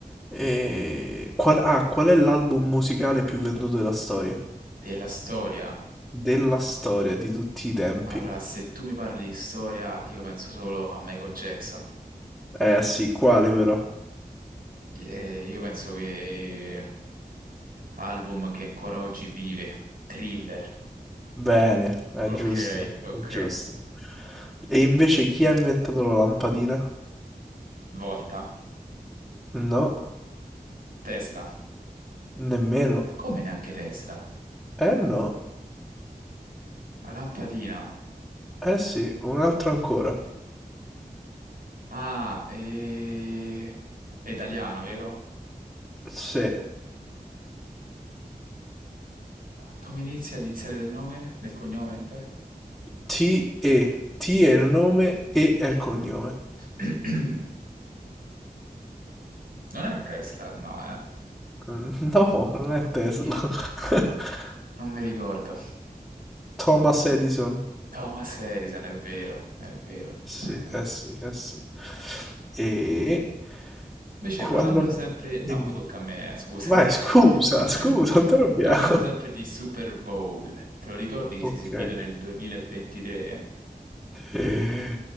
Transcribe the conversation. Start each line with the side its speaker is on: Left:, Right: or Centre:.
Centre: E... Qual, ah, qual è l'album musicale più venduto della storia?
Right: Della storia.
Centre: Della storia di tutti i tempi.
Right: Allora, se tu mi parli di storia, io penso solo a Michael Jackson.
Centre: Eh sì, quale però?
Right: Eh, io penso che album che ancora oggi vive, Thriller,
Centre: Bene, è
Right: ok,
Centre: giusto,
Right: ok,
Centre: è giusto. E invece chi ha inventato la lampadina?
Right: Volta,
Centre: No,
Right: Tesla,
Centre: nemmeno.
Right: come neanche Tesla,
Centre: Eh no,
Right: La Lampadina,
Centre: eh sì, un altro ancora.
Right: ah, e... è italiano, vero?
Centre: Se
Right: Come inizia l'iniziale del nome, del cognome? Beh.
Centre: T-E, T è il nome, E è il cognome.
Right: <clears throat> Non è Tesla, no, eh.
Centre: Mm, <laughs> No, non è Tesla.
Right: Ti-
Centre: <laughs>
Right: Non mi ricordo.
Centre: Thomas Edison.
Right: Thomas Edison, è vero, è vero.
Centre: Sì,
Right: <laughs>
Centre: eh sì, eh sì. E
Right: Invece
Centre: quando...
Right: parlando sempre,
Centre: Dimmi.
Right: no, mo tocca a me, eh, scusami.
Centre: Vai, scusa,
Right: <laughs>
Centre: scusa, non ti arrabbiare.
Right: Parlando sempre di Super Bowl, te lo ricordi che
Centre: <laughs> Ok.
Right: si è esibito nel 2023?
Centre: Eh,